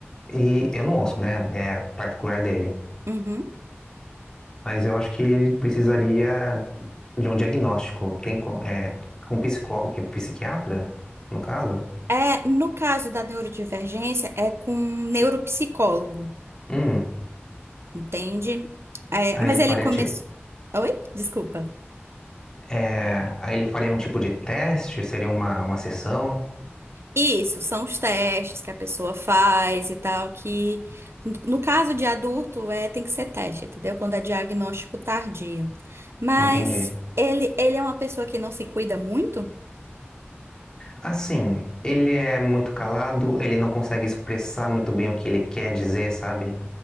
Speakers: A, on the left (about 15°); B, on the right (about 75°).
A: e eu não ouço, né? É particular dele.
B: uhum.
A: Mas eu acho que ele precisaria de um diagnóstico. Tem com, é, com psicólogo, psiquiatra, no caso?
B: É, no caso da neurodivergência, é com um neuropsicólogo,
A: Hum,
B: entende? É,
A: aí
B: mas
A: ele
B: ele
A: faria,
B: começou. Oi? Desculpa.
A: É, aí ele faria um tipo de teste, seria uma, uma sessão,
B: Isso, são os testes que a pessoa faz e tal, que no caso de adulto é, tem que ser teste, entendeu? Quando é diagnóstico tardio. Mas
A: entendi.
B: ele, ele é uma pessoa que não se cuida muito?
A: Assim, ele é muito calado, ele não consegue expressar muito bem o que ele quer dizer, sabe?